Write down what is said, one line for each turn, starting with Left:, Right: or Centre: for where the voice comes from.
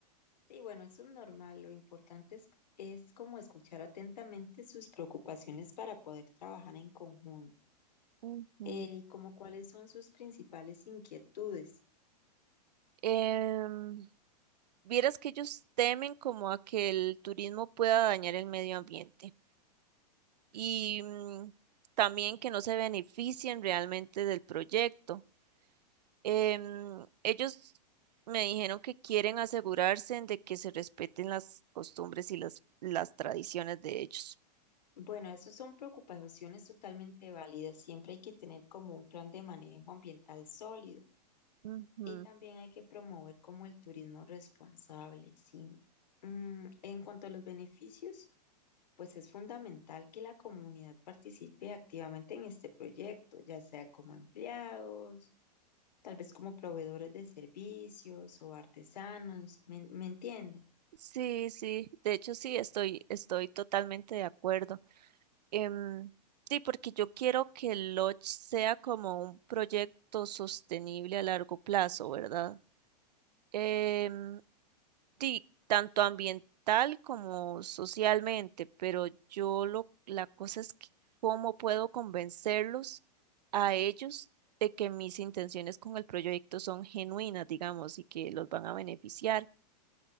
Left: Sí, bueno, eso es normal. Lo importante es, es como escuchar atentamente sus preocupaciones para poder trabajar en conjunto.
Right: Ujú.
Left: Eh, y como cuáles son sus principales inquietudes.
Right: Em, vieras que ellos temen como a que el turismo pueda dañar el medio ambiente y mm, también que no se beneficien realmente del proyecto. Em, ellos me dijeron que quieren asegurarse de que se respeten las costumbres y las, las tradiciones de ellos.
Left: Bueno, esas son preocupaciones totalmente válidas. Siempre hay que tener como un plan de manejo ambiental sólido.
Right: Ujú.
Left: Y también hay que promover como el turismo responsable, sí. Mm, en cuanto a los beneficios. pues es fundamental que la comunidad participe activamente en este proyecto, ya sea como empleados, tal vez como proveedores de servicios o artesanos, ¿me, me entiende?
Right: Sí, sí, de hecho sí, estoy, estoy totalmente de acuerdo. Em, sí, porque yo quiero que el Lodge sea como un proyecto sostenible a largo plazo, ¿verdad? Em, Sí, tanto ambiental como socialmente, pero yo lo, la cosa es que cómo puedo convencerlos a ellos de que mis intenciones con el proyecto son genuinas, digamos, y que los van a beneficiar.